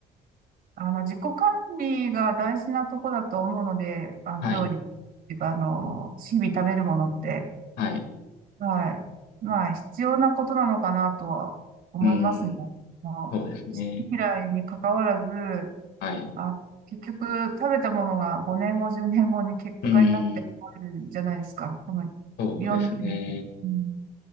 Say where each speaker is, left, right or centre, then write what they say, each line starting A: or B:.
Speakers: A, on the right; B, on the left.
A: あの、自己管理が大事なとこだと思うので、あの、
B: はい。
A: 料理っていうか、あの、日々食べるものって、
B: はい。
A: はい。まあ、必要なことなのかなとは思いますね。
B: うん。
A: あの、
B: そうですね。
A: 好き嫌いに関わらず、
B: はい。
A: あ、結局、食べたものが5年後、10年後に結果になってあるじゃないですか。
B: うん。
A: その、
B: そうですね。
A: いろんな意味で。うん、